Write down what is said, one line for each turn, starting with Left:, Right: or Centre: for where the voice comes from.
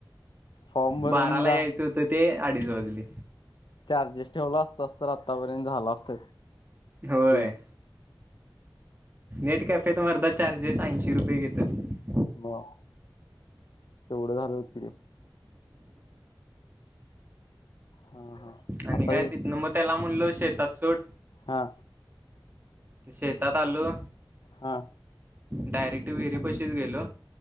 Left: फॉर्म भरून
Right: बाराला
Left: जा
Right: यायचं होतं. ते अडीच वाजले.
Left: चार्जेस ठेवला असतास तर आत्तापर्यंत झालं असत.
Right: होय.
Left: ढीग
Right: नेट कॅफेेत मर्धा चार्जेस ऐंशी रुपये घेतात.
Left: ह तेवढं झालच की हा हा
Right: आणि
Left: आता
Right: काय
Left: जे-
Right: तिथन मग तेला म्हणलो शेतात सोड
Left: हा
Right: शेतात आलो
Left: हा
Right: डायरेक्ट विहिरी पशीच गेलो